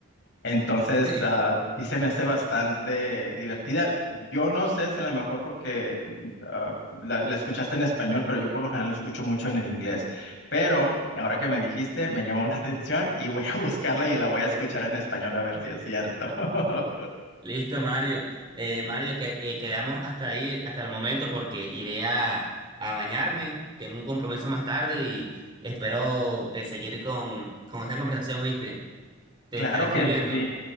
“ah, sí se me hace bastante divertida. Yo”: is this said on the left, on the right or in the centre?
Left